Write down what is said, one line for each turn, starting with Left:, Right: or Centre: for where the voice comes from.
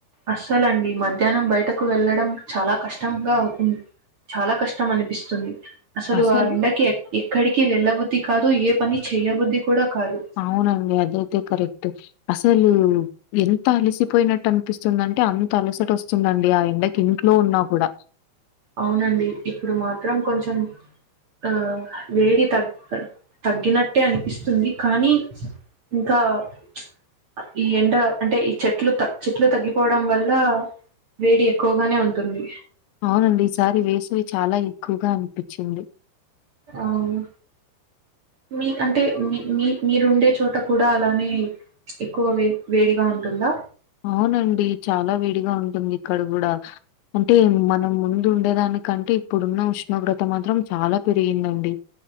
Right: అస్సల అండి మధ్యాహ్నం బయటకు వెళ్ళడం చాలా కష్టంగా ఉంది చాలా కష్టం అనిపిస్తుంది అస్సలు
Left: అసలు
Right: ఆ ఎండకి ఎక్కడికి వెళ్ళబుధ్ధి కాదు ఏ పని చెయ్యబుద్ధి కూడా కాదు
Left: అవునండి అదైతే కరెక్ట్ అసలు ఎంత ంత అలిసిపోయినట్టు అనిపిస్తుందింటె అంత అలసట వస్తుందండి ఆ ఎండకి ఇంట్లో ఉన్నా కూడా
Right: అవునండి ఇప్పుడు మాత్రం కొంచెం ఆ వేడి తగ్ తగ్గినట్టే అనిపిస్తుంది కానీ ఇంకా ప్చ్ ఈ ఎండ అంటె ఈ చెట్లు త చెట్లు తగ్గిపోవడం వల్లా వేడి ఎక్కువగానే ఉంటుంది
Left: అవునండి ఈసారి వేసవి చాలా ఎక్కువగా అనిపిచింది
Right: అవును మీ అంటే మీ మీ మీరుండే చోట కూడా అలానే ఎక్కువ వే వేడిగా ఉంటుందా
Left: అవునండి చాలా వేడిగా ఉంటుంది ఇక్కడ కూడా అంటే మనం ముందు ఉండేదానికంటే ఇప్పుడున్న ఉష్ణోగ్రత మాత్రం చాలా పెరిగిందండి